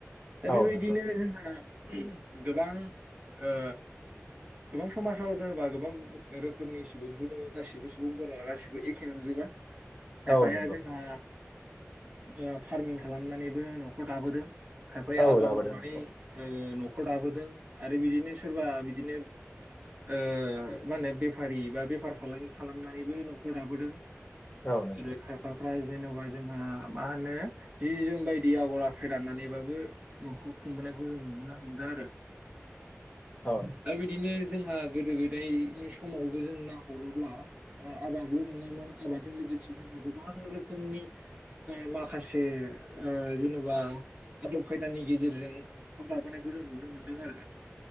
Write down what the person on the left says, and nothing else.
औ नंगौ
औ नंगौ
औ
लाबोदों
नंगौ
औ नंगौ
औ